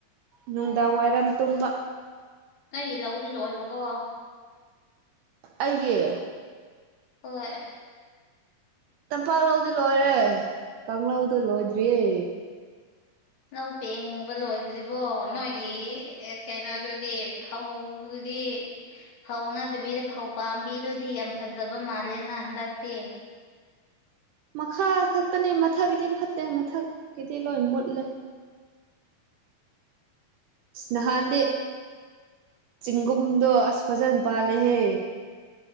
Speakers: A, on the right; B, on the left.
A: ꯅꯨꯡꯗꯥꯡ ꯋꯥꯏꯔꯝ ꯇꯨꯝꯕ
B: ꯅꯪ ꯂꯧꯗꯤ ꯂꯣꯏꯈ꯭ꯔꯕꯣ
A: ꯑꯩꯒꯤ
B: ꯍꯣꯏ
A: ꯇꯝꯄꯥꯛꯂꯧꯗꯤ ꯂꯣꯏꯔꯦ ꯀꯥꯡꯂꯧꯗꯤ ꯂꯣꯏꯗ꯭ꯔꯤꯌꯦ
B: ꯂꯧ ꯄꯦꯡꯕ ꯂꯣꯏꯗ꯭ꯔꯤꯕꯣ ꯅꯣꯏꯒꯤ ꯀꯩꯅꯣꯗꯨꯗꯤ ꯐꯧꯗꯨꯗꯤ ꯐꯧ ꯅꯠꯇꯕꯤꯗ ꯐꯧ ꯄꯥꯝꯕꯤꯗꯨꯗꯤ ꯌꯥꯝ ꯐꯖꯕ ꯃꯥꯜꯂꯦꯅ ꯍꯟꯗꯛꯇꯤ
A: ꯃꯈꯥ ꯈꯛꯇꯅꯦ ꯃꯊꯛꯀꯤꯗꯤ ꯐꯠꯇꯦ ꯃꯊꯛꯀꯤꯗꯤ ꯂꯣꯏ ꯃꯨꯠꯂꯦ ꯅꯍꯥꯟꯗꯤ ꯆꯤꯡꯒꯨꯝꯗꯣ ꯑꯁ ꯐꯖꯅ ꯄꯥꯜꯂꯦꯍꯦ